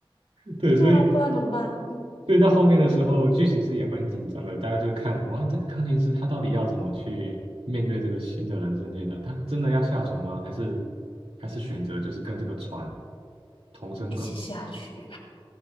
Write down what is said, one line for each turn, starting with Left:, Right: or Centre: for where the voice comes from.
Right: 对，
Left: 对啊，
Right: 所以
Left: 不然怎么办？
Right: 所以到后面的时候，剧情是也蛮紧张的，大家就看哇，这个钢琴师他到底要怎么去面对这个新的人生阶段？他真的要下船吗？还是还是选择就是跟这个船同生共？
Left: 一起下去。